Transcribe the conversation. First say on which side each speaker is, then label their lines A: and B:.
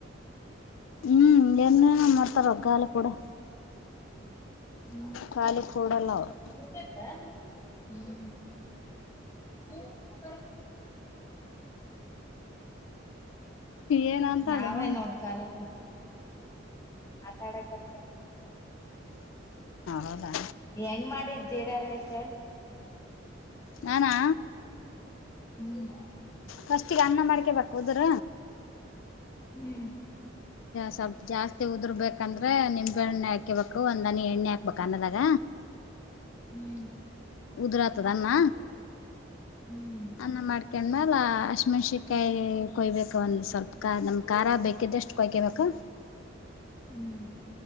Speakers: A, on the left; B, on the left.
A: ಹ್ಮ್ ಏನೇನ ಮಾಡ್ತಾರ ರೊಕ್ಕ ಅಲ್ಲಿ ಕೊಡು
B: ಹ್ಮ್
A: ಖಾಲಿ ಕೂಡಲ್ಲ ಅವ್ರು
B: ಹ್ಮ
A: ಏನಂತಾಳೆ
B: ನಾವೇ
A: ಮಮ್ಮ
B: ನೋಡ್ ಖಾಲಿ ಆಟ್ ಆಡಕತ್ತಿನಿ
A: ಹೌದಾ
B: ಹೆಂಗ ಮಾಡಿದ್ ಜೀರಾ ರೈಸ್
A: ನಾನಾ
B: ಹ್ಮ್
A: ಫಸ್ಟಿಗೆ ಅನ್ನ ಮಾಡ್ಕೇಬೇಕು ಉದ್ರ
B: ಹ್ಮ್
A: ಸ್ವಲ್ಪ್ ಜಾಸ್ತಿ ಉದುರ್ಬೇಕಂದ್ರೆ ನಿಂಬೆಹಣ್ಣ ಹಾಕಿಬೇಕು ಒಂದ ಹನಿ ಎಣ್ಣೆ ಹಾಕ್ಬೇಕು ಅನ್ನದಾಗ
B: ಹ್ಮ್
A: ಉದರ ಆತದ ಅನ್ನ
B: ಹ್ಮ್
A: ಅನ್ನ ಮಾಡ್ಕೊಂಡ್ ಮ್ಯಾಲ ಹ ಶಿಮೆಣ್ಸಿಕಾಯಿ ಕೊಯ್ಬೇಕ ಒಂದ್ ಸ್ವಲ್ಪ ನಮ್ ಖಾರ ಬೇಕಿದಷ್ಟು ಕೊಯ್ಕೊಬೇಕ <unintelligible>
B: ಹ್ಮ್